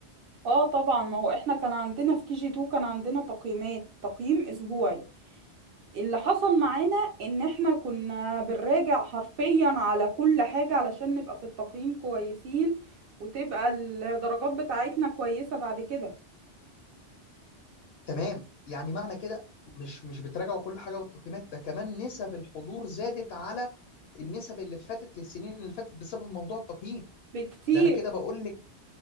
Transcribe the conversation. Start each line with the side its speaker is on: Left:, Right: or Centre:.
Right: اه طبعا ما هو احنا كان عندنا في كي جي 2 كان عندنا تقييمات تقييم اسبوعي اللي حصل معانا ان احنا كنا بنراجع حرفيا على كل حاجه علشان نبقى في التقييم كويسين وتبقى الدرجات بتاعتنا كويسه بعد كده
Left: تمام يعني معنى كده مش مش بتراجعوا كل حاجه والتقييمات ده كمان نسب الحضور زادت على النسب اللي فاتت للسنين اللي فاتت بسبب موضوع التقييم
Right: بكتير
Left: ده انا كده بقول لك